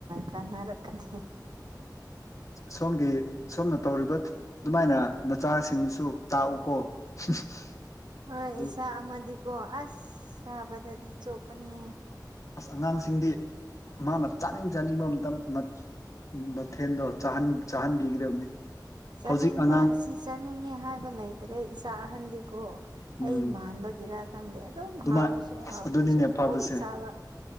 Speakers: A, on the right; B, on the left.
A: ꯀꯥꯟꯅꯔꯛꯀꯅꯤ
B: ꯁꯣꯝꯒꯤ ꯁꯣꯝꯅ ꯇꯧꯔꯤꯕ ꯑꯗꯨꯃꯥꯏꯅ ꯅꯆꯥꯁꯤꯡꯁꯨ ꯇꯥꯛꯎꯀꯣ <unintelligible>
A: ꯍꯣꯏ
B: ꯑꯗꯨ
A: ꯏꯆꯥ ꯑꯃꯗꯤꯀꯣ ꯑꯁ ꯆꯥꯕꯗꯗꯤ ꯆꯣꯞꯄꯅꯦ
B: ꯑꯁ ꯑꯉꯥꯡꯁꯤꯡꯗꯤ ꯃꯥꯅ ꯆꯥꯅꯤꯡ ꯆꯥꯅꯤꯡꯕ ꯃꯇꯝ ꯃꯠ ꯎꯝ ꯃꯊꯦꯜꯗꯣ ꯆꯥꯍꯟ ꯆꯥꯍꯟꯕꯤꯒꯗꯕꯅꯤ
A: ꯆꯥꯅꯤꯡꯕ
B: ꯍꯧꯖꯤꯛ ꯑꯉꯥꯡ
A: ꯑꯁꯤ ꯆꯥꯅꯤꯡꯉꯦ ꯍꯥꯏꯕ ꯂꯩꯇ꯭ꯔꯦ ꯏꯁ ꯆꯥꯍꯟꯗꯤꯀꯣ
B: ꯎꯝ
A: ꯑꯩ ꯃꯥꯟꯕꯒꯤꯔꯥ ꯈꯪꯗꯦ ꯑꯗꯨꯝ
B: ꯑꯗꯨꯃꯥꯏ
A: ꯍꯥꯎꯔꯁꯨ
B: ꯑꯁ
A: ꯍꯥꯎꯇ꯭ꯔꯁꯨ
B: ꯑꯗꯨꯅꯤꯅꯦ
A: ꯑꯗꯨꯝ
B: ꯐꯕꯁꯦ
A: ꯆꯥꯕ